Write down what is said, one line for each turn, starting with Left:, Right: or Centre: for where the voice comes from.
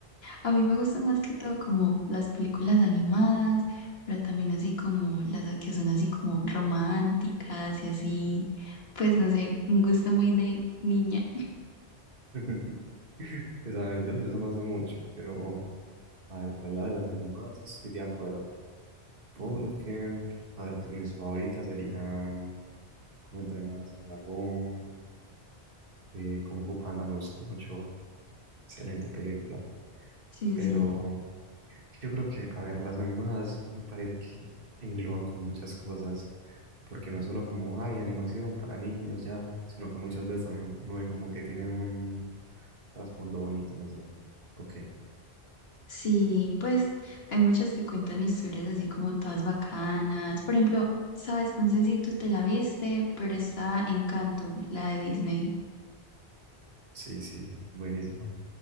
Left: A mí me gusta más que todo como las películas animadas, pero también así como las que son así como románticas y así. Pues no sé, un gusto muy de niña.
Right: <laughs> Pues a ver, yo de eso no sé mucho, pero a ver, pues la de las animadas sí estoy de acuerdo. Porque, a ver, pues mis favoritas serían como entrenar a tu dragón. Eh, Kung Fu Panda me gusta mucho, excelente película.
Left: Sí,
Right: Pero
Left: sí.
Right: yo creo que, a ver, las animadas me parece que engloban con muchas cosas, porque no es solo como, hay animación para niños ya, sino que muchas veces también uno ve como que tienen un trasfondo bonito, no sé. Ok,
Left: Sí, pues hay muchas que cuentan historias así como todas bacanas. Por ejemplo, sabes, no sé si tú te la viste, pero está Encanto, la de Disney.
Right: sí, sí, buenísimo.